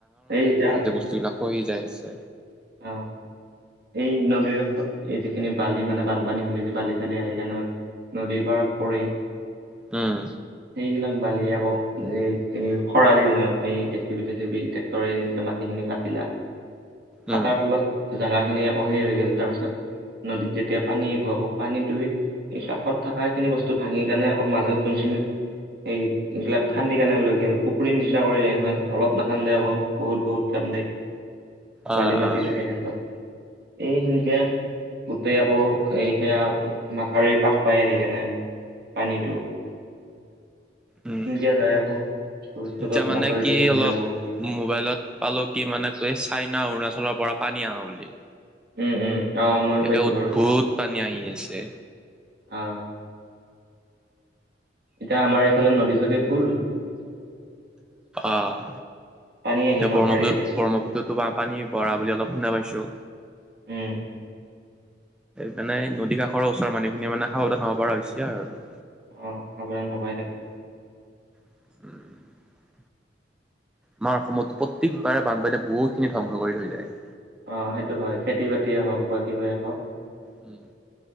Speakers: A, on the right; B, in the centre.
A: এই এতিয়া
B: যিবিলাক সহি যাই আছে।
A: অ এই নদীৰ কাষত এই যিখিনি বালি মানে বানপানী হ'লে যে বালি-চালি আহে সেইকাৰণে নদীৰ পাৰত পৰি।
B: উম।
A: সেইগিলাক বালি আকৌ এই এই খৰালি দিনত এই জেচিপি টেচিপি। তৰে এনেকে মাটিখিনি কাটিলা কাটাৰ
B: উম,
A: ফলত জাগা। খিনি আকৌ সেই হৈ গ'ল তাৰ পিছত নদীত যেতিয়া পানী আহিব আকৌ পানীটোৱে। এই কাষত থাকা সেইখিনি বস্তু ভাঙি কিনে আকৌ মাজত যোনখিনিত সেই এইগিলাক খান্দি কাৰণে লৈ গ'ল পুখুৰীৰ নিচিনা কৰিলে নহয় অলপ নাখান্দে আক। বহুত বহুত খান্দাই
B: অ',
A: বালিমাটি
B: অ',
A: লাগে হেতক। এই সেনকে গোটেই আকৌ এই সেয়া মাথাউৰি কাষ পাই সেইকাৰণে। পানীটো।
B: উম।
A: সেনকে যাই আকৌ ভৱিষ্যতত
B: এতিয়া মানে
A: মাথাউৰিটো
B: কি
A: ভাঙি
B: অলপ
A: যাব।
B: মোবাইলত পালো কি মানে এই চাইনা অৰুণাচলৰ পৰা পানী আহা বুলি।
A: উম উম। অ ময়ো
B: একে
A: পাইছো
B: উদভুত
A: বাৰু
B: পানী আহি আছে।
A: হা এতিয়া আমাৰ এইফালে নদী চদী ফুল।
B: অহ
A: পানী আহি
B: এতিয়া
A: মাথাউৰিয়ে
B: ব্ৰহ্মপুত
A: বেছি
B: ব্ৰহ্মপুত্ৰতো পৰা পানী বৰা বুলি অলপ শুনা পাইছো
A: উম
B: মানে নদী কাষৰ ওচৰ মানুহখিনিয়ে মানে সাৱধান হ'ব পৰা হৈছে আৰু
A: অ সাৱধান হবাই লাগিব
B: উম আমাৰ অসমতো প্ৰত্যেকবাৰে বানপানীয়ে বহুত খিনি ধ্বংস কৰি থৈ যায়।
A: অ সেইটো হয় খেতি বাতিয়ে হওঁক বা কিবাই হওঁক।
B: উম।